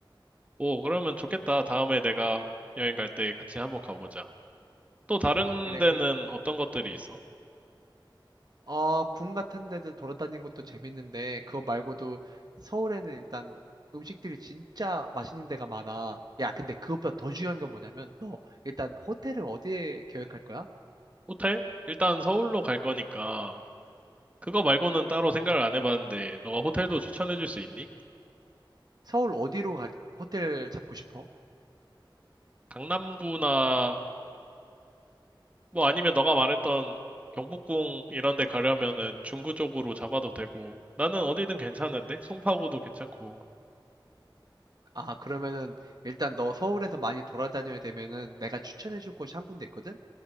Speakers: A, on the right; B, on the right.
A: 오, 그러면 좋겠다. 다음에 내가 여행 갈 때 같이 한번 가보자. 또 다른
B: 그래,
A: 데는
B: 그,
A: 어떤 것들이 있어?
B: 어, 궁 같은 데들 돌아다니는 것도 재밌는데, 그거 말고도 서울에는 일단 음식들이 진짜 맛있는 데가 많아. 야, 근데 그것보다 더 중요한 건 뭐냐면, 너 일단 호텔을 어디에 계획할 거야?
A: 호텔? 일단 서울로 갈 거니까 그거 말고는 따로 생각을 안 해봤는데 너가 호텔도 추천해 줄 수 있니?
B: 서울 어디로 가, 호텔 잡고 싶어?
A: 강남구나 뭐 아니면 너가 말했던 경복궁 이런 데 가려면은 중구 쪽으로 잡아도 되고 나는 어디든 괜찮은데 송파구도 괜찮고
B: 아, 그러면은 일단 너 서울에서 많이 돌아다녀야 되면은 내가 추천해줄 곳이 한 군데 있거든?